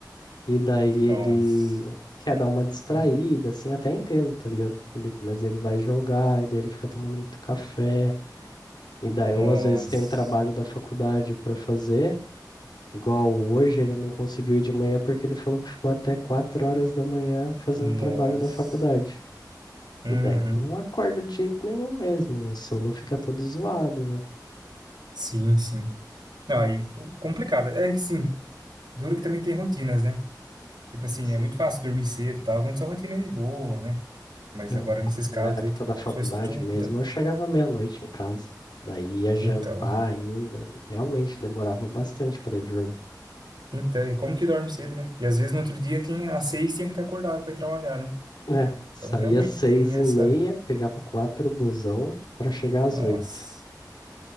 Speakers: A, on the left; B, on the right.
A: E daí ele
B: Nossa,
A: quer dar uma distraída,
B: Hum,
A: assim, até entendo, tá ligado? Ele, mas ele vai jogar, e daí ele fica tomando muito café. E daí
B: nossa,
A: eu, às vezes, tem trabalho da faculdade pra fazer. Igual hoje, ele não conseguiu ir de manhã porque ele falou que ficou até 4 horas da manhã fazendo
B: nossa.
A: trabalho da faculdade.
B: Uhum.
A: E daí não acorda de jeito nenhum mesmo, e o sono fica todo zoado, né?
B: Sim, sim. Não, aí com- complicado. É que sim, duro que também tem rotinas, né? Tipo assim,
A: Sim.
B: é muito fácil dormir cedo e tal, vamos sua rotina de boa, né? Mas
A: né?
B: agora nesses
A: Na
B: casos
A: época
B: aí, tipo,
A: da
B: a
A: faculdade
B: pessoa estuda.
A: mesmo, eu chegava meia-noite em casa. Daí ia jantar
B: Então,
A: ainda. Realmente demorava bastante para ir dormir.
B: então, e como que dorme cedo, né? E às vezes no outro dia tem, às seis tinha que estar acordado para ir trabalhar, né?
A: É, saía
B: Então realmente
A: seis
B: tem essa.
A: e meia, pegava quatro busão para chegar às
B: Nossa.
A: oito.